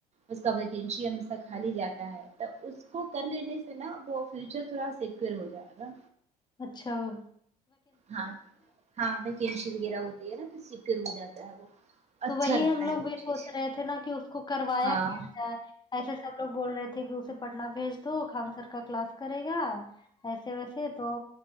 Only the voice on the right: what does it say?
اس کا ویکینش ہمیشہ کالی جاتا ہے تو اس کو کر لینے سے نا وہ فیوچر تھوڑا سیکیور ہو جائے گا
ہاں ہاں وکینشی وغیرہ ہوتی ہے نا تو سیکور ہو جاتا ہے وہ
اچھا
رہتا
ہے
وہ
چیز
ہاں